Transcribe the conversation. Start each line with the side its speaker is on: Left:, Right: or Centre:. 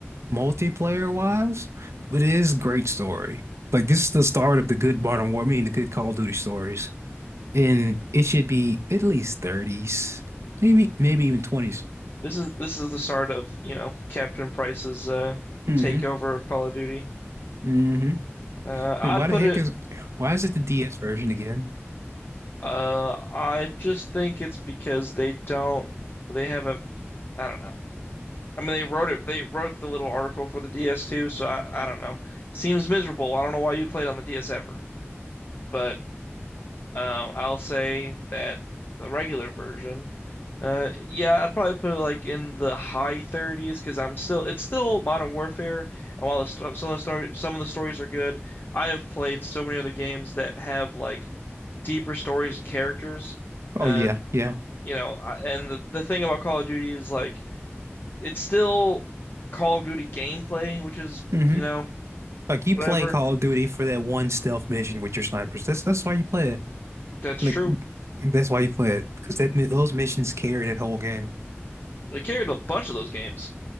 Right: multiplayer wise, but it is great story. Like this is the start of the good Modern War, I mean the good Call of Duty stories, and it should be at least 30s, maybe maybe even 20s.
Left: this is this is the start of, you know, Captain Price's uh
Right: hmm
Left: takeover of Call of Duty.
Right: hmm
Left: Uh I'd
Right: And why the
Left: put
Right: heck
Left: it
Right: is why is it the DS version again?
Left: uh I just think it's because they don't they haven't I don't know. I mean, they wrote it. They wrote the little article for the ds too. so I, I don't know. Seems miserable. I don't know why you'd play it on the DS ever, but um, I'll say that the regular version, uh, yeah, I'd probably put it like in the high 30s because I'm still. It's still Modern Warfare, and while the sto some of the story, some of the stories are good, I have played so many other games that have like deeper stories and characters,
Right: Oh
Left: and
Right: yeah, yeah.
Left: you know, I- and the the thing about Call of Duty is like it's still Call of Duty gameplay, which is,
Right: hmm
Left: you know,
Right: Like you
Left: whatever.
Right: play Call of Duty for that one stealth mission with your snipers. That's that's why you play it.
Left: That's
Right: Like
Left: true.
Right: that's why you play it because that mi- those missions carry that whole game.
Left: It carried a bunch of those games.